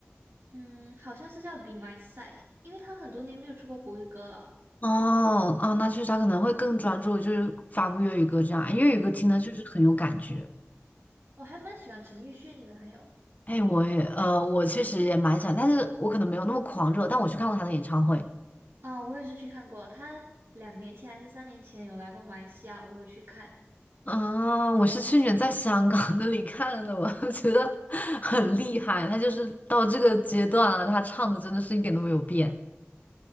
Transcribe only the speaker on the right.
嗯，好像是叫《Be My Side》，因为他很多年没有出过国语歌了。
我还蛮喜欢陈奕迅的，还有
啊、我也是去看过，他两年前还是三年前有来过马来西亚，我有去看。